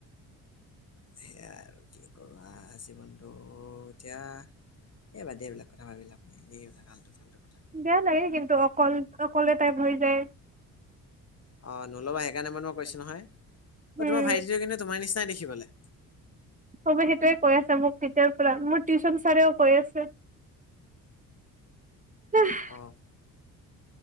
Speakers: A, on the left; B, on the right.
A: সেয়াই আৰু কি কবা, জীৱনটো এতিয়া? এ, বাদ দিয়া, এইবিলাক কথা ভাবি লাভ নাই <unintelligible>
B: বেয়া লাগে কিন্তু! অকল অকলে তাইপ হৈ যায়।
A: অ', নল'বা, সেকাৰনে মই তোমাক কৈছোঁ নহয়, অ',
B: উম,
A: তোমাৰ ভাইটিটো কিন্তু তোমাৰ নিচিনাই দেখিবলে।
B: চবে সেইটোৱে কৈ আছে মোক তেতিয়াৰ পৰা, মোৰ টিউচন ছাৰেও কৈ আছে। <unintelligible>
A: অ'।